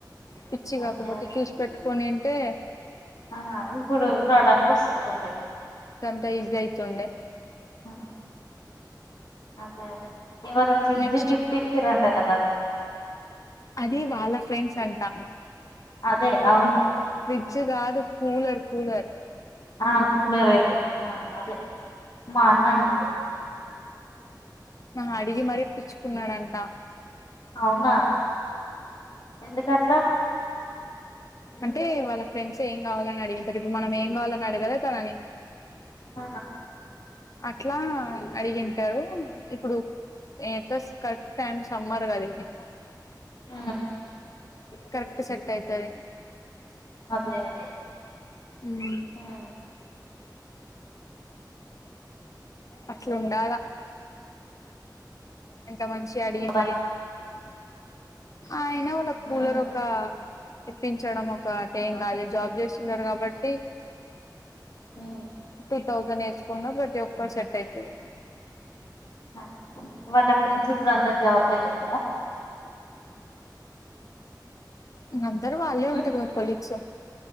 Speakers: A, on the left (about 45°); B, on the left (about 60°).
A: పిచ్చి
B: అదే
A: కాకపోతే
B: అదే
A: చూసి పెట్టుకొని ఉంటే
B: ఆ ఇప్పుడు రావడానికి వస్తుంటుండే
A: టైజ్ గై <unintelligible> యిచుండే
B: ఆ. అదే అదే ఎవరో ఫ్రిడ్జ్
A: నెక్స్ట్
B: గిఫ్ట్ ఇచ్చిరంటా కదా
A: అది వాళ్ళ ఫ్రెండ్స్ అంటా
B: అదే అవున్
A: ఫ్రిడ్జ్ కాదు కూలర్ కూలర్
B: ఆ కూలర్ ఏదో ఆ అదే మా అన్న అన్నాడు
A: నాహ అడిగి మరి ఇపి చ్ కున్నాడంట
B: అవునా ఎందుకట్లా
A: అంటే వాళ్ళ ఫ్రెండ్సే ఏం కావాలని అడిగింటారు. ఇప్పుడు మనం ఏం కావాలని అడగలా తనని.
B: ఆ
A: అట్లా, అడిగింటారు. ఇప్పుడు, ఏటోస్ కరెక్ట్ టైమ్ సమ్మర్ గదిది.
B: ఆ
A: కరెక్ట్ సెట్ అయితాది.
B: అదే అదే.
A: మ్
B: ఉమ్
A: అట్లుండాల. ఇంత మంచిగా
B: అదే
A: అడిగి
B: కదా
A: మరి, అయినా వాళ్ళ కూలర్
B: ఉమ్
A: ఒక తెప్పించడం ఒక్క టేం కాదు. జాబ్ చేస్తున్నారు కాబట్టి,
B: ఉమ్
A: టూ థౌజండ్ ఏసుకున్నా ప్రతి ఒక్కరు, సెట్ అయితది.
B: ఆ వాళ్ళ ఫ్రెండ్స్ కూడ అందరు జాబ్ లె చేస్తారా?
A: ఇంగ, అందరూ వాళ్ళే
B: ఉమ్
A: ఉంటారు కద! కొలీగ్స్.